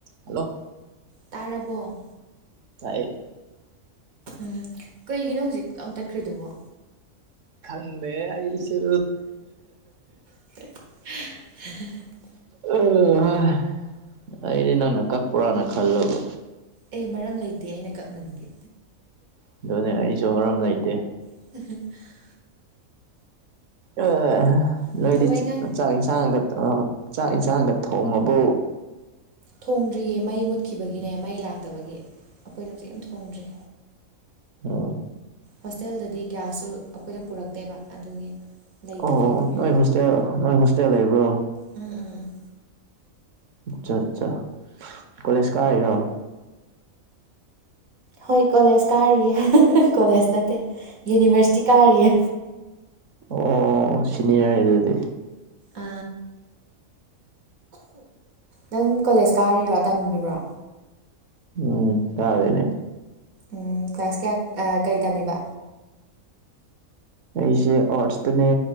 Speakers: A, on the right; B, on the right.
A: ꯍꯜꯂꯣ
B: ꯇꯥꯔꯕꯣ
A: ꯇꯥꯏ
B: ꯎꯝ ꯀꯩꯒꯤꯅꯣ ꯍꯨꯖꯤꯛ ꯄꯠꯂꯥꯎ ꯇꯠꯈ꯭ꯔꯤꯗꯨꯕꯣ
A: ꯈꯪꯗꯦ ꯑꯩꯁꯨ
B: <unintelligible>
A: <unintelligible> ꯑꯩꯗꯤ ꯅꯪꯅ ꯀꯛꯄ꯭ꯔꯥꯅ ꯈꯜꯂꯒꯥ
B: ꯑꯦ ꯃꯔꯝ ꯂꯩꯇꯦ ꯑꯩꯅ ꯀꯛꯅꯕꯒꯤ
A: ꯑꯗꯨꯅꯦ ꯑꯩꯁꯨ ꯃꯔꯝ ꯂꯩꯇꯦ
B: <unintelligible>
A: ꯑꯥ
B: ꯊꯕꯛ
A: ꯅꯣꯏꯗꯤ ꯆꯤꯛ
B: ꯏꯟꯈꯥꯡ
A: ꯆꯥꯛ ꯏꯟꯁꯥꯡꯒꯗꯣ ꯆꯥꯛ ꯏꯟꯁꯥꯡꯒ ꯊꯣꯡꯉꯕꯣ
B: ꯊꯣꯡꯗ꯭ꯔꯤꯌꯦ ꯃꯩ ꯃꯨꯠꯈꯤꯕꯒꯤꯅꯦ ꯃꯩ ꯂꯥꯛꯇꯕꯒꯤ ꯑꯩꯈꯣꯏ ꯍꯧꯖꯤꯛ ꯊꯣꯡꯗ꯭ꯔꯤ
A: ꯑꯝ
B: ꯍꯣꯁꯇꯦꯜꯗꯗꯤ ꯒ꯭ꯌꯥꯁꯁꯨ ꯑꯩꯈꯣꯏꯗ ꯄꯨꯔꯛꯇꯦꯕ ꯑꯗꯨꯒꯤ ꯂꯩꯇꯕ
A: ꯑꯣ
B: ꯍꯥꯏꯇꯥꯔꯦ
A: ꯅꯣꯏ ꯍꯣꯁꯇꯦꯜ ꯅꯣꯏ ꯍꯣꯁꯇꯦꯜ ꯂꯩꯕ꯭ꯔꯣ
B: ꯎꯝ ꯎꯝ ꯎꯝ
A: ꯑꯠꯆꯥ ꯑꯠꯆꯥ ꯀꯣꯂꯦꯖ ꯀꯥ ꯍꯥꯏꯔꯣ
B: ꯍꯣꯏ ꯀꯣꯂꯦꯖ ꯀꯥꯔꯤꯌꯦ ꯀꯣꯂꯦꯖ ꯅꯠꯇꯦ ꯌꯨꯅꯤꯚꯔꯁꯤꯇꯤ ꯀꯥꯔꯤꯌꯦ
A: ꯑꯣ ꯁꯤꯅꯤꯌꯔꯅꯤ ꯑꯗꯨꯗꯤ
B: ꯑ ꯅꯪ ꯀꯣꯂꯦꯖ ꯀꯥꯔꯤꯔꯣ ꯇꯝꯃꯤꯕ꯭ꯔꯣ
A: ꯎꯝ ꯇꯥꯔꯦꯅꯦ
B: ꯎꯝ ꯀ꯭ꯂꯥꯁ ꯀꯌꯥ ꯀꯩ ꯇꯝꯃꯤꯕ
A: ꯑꯩꯁꯦ ꯑꯥꯔꯠꯁꯇꯅꯦ